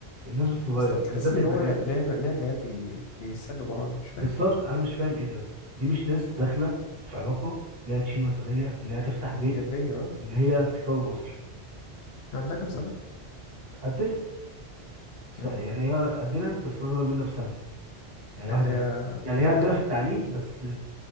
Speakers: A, on the right (about 60°); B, on the left (about 70°).
A: الناس بتتغير
B: اسطى تحس
A: بالذات
B: ان
A: البنات
B: هو لعب لعب عيال بي... بيسلوا بعض مش فاهم
A: بالظبط انا مش فاهم ايه ده يا اسطى. دي مش ناس داخله في علاقه ان هي تشيل مسؤوليه ان هي تفتح بيت
B: جدية اه
A: ان هي تكون اسره
B: عندها كام سنة؟
A: قدنا بس
B: مم.
A: يعني هي قدنا بس اصغر منا بسنه يعني واحده
B: اللي هي
A: يعني هي
B: تالتة
A: قدنا
B: يعني.
A: في التعليم بس